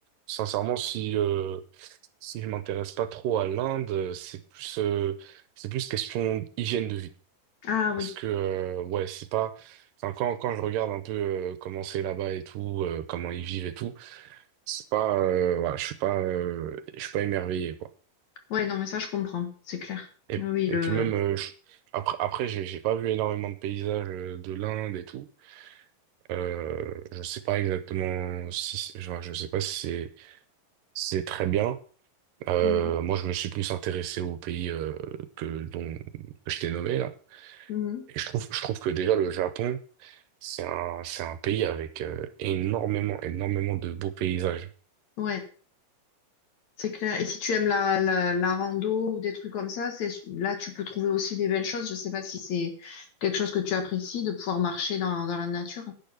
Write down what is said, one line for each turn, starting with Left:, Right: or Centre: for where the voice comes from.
Right: sincèrement, si euh, si je m'intéresse pas trop à l'Inde, c'est plus, euh, c'est plus question hygiène de vie.
Left: Ah oui.
Right: Parce que, euh, ouais, c'est pas. Enfin, quand, quand je regarde un peu euh, comment c'est là-bas et tout, euh, comment ils vivent et tout, c'est pas. euh, voilà, je suis pas, euh, je suis pas émerveillé, quoi.
Left: Ouais, non, mais ça, je comprends. C'est clair.
Right: Et,
Left: Oui, oui,
Right: et
Left: le.
Right: puis même, euh, je- après, après j'ai j'ai pas vu énormément de paysages euh, de l'Inde et tout. Euh, je sais pas exactement si. c'est- Genre, je sais pas si c'est si c'est très bien. Euh,
Left: Mhm.
Right: moi, je me suis plus intéressé aux pays euh, que, dont, que je t'ai nommé, là.
Left: Mhm.
Right: Et je trouve, je trouve que déjà le Japon. C'est un, c'est un pays avec euh, énormément, énormément de beaux paysages.
Left: Ouais. C'est clair. Et si tu aimes la, la, la rando ou des trucs comme ça, c'est là tu peux trouver aussi des belles choses. Je sais pas si c'est quelque chose que tu apprécies de pouvoir marcher dans, dans la nature.